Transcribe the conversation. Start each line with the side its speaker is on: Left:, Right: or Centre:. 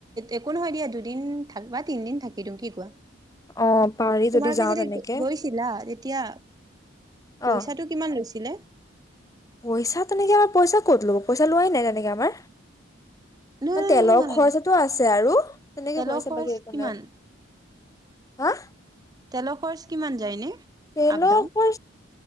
Right: একো নহয় দিয়া, দুদিন থাকবা, তিনদিন থাকি দিও, কি কোৱা?
Left: অ পাৰি
Right: তোমালোকে
Left: যদি যাওঁ
Right: যেতিয়া
Left: তেনেকে
Right: গৈছিলা, তেতিয়া, পইচাটো
Left: অ
Right: কিমান লৈছিলে?
Left: পইচা তেনেকে আমাৰ, পইচা ক'ত ল'ব, পইচা লোৱাই নাই তেনেকে আমাৰ।
Right: নহয়
Left: ম তেলৰ
Right: নহয়
Left: খৰচাতটো
Right: নহয়
Left: আছে আৰু, তেনেকে
Right: তেলৰ
Left: পইচা
Right: খৰচ
Left: বাকী সেইকাৰণে
Right: কিমান?
Left: হা?
Right: তেলৰ খৰচ কিমান যায়নে?
Left: তেলৰকো
Right: Up down?